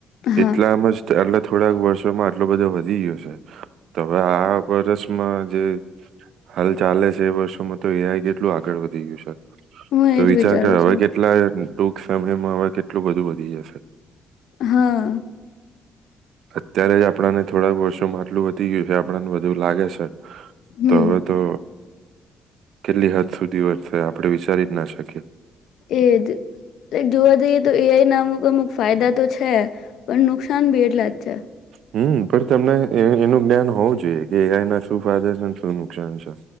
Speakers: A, on the left (about 75°); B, on the right (about 75°).
A: હા
B: એટલા માં જ <unintelligible> થોડાક વર્ષોમાં આટલો બધો વધી ગયો છે. હવે આ વર્ષમાં જે હાલ ચાલે છે એ વર્ષોમાં તો એ આઈ કેટલું આગળ વધી ગયું છે.
A: હું
B: તો
A: એજ
B: વિચાર
A: વિચારું
B: કર હવે
A: છું
B: કેટલા ટૂંક સમયમાં હવે કેટલું બધું વધી જશે.
A: હા
B: અત્યારે જ આપણાને થોડાક વર્ષો માં આટલું થય ગયું કે આપણને બધું લાગે છે.
A: હમ
B: તો હવે તો કેટલી હદ સુધી વધશે આપણે વિચારી જ ના શકીએ.
A: એ જ જોવા જઈએ તો એ આઈ ના અમુક અમુક ફાયદા તો છે પણ નુકસાન બી એટલા જ છે.
B: હમમ પણ તમને એનું જ્ઞાન હોવું જોઈએ કે એ આય ના શું ફાયદા છેને શું નુકસાન છે.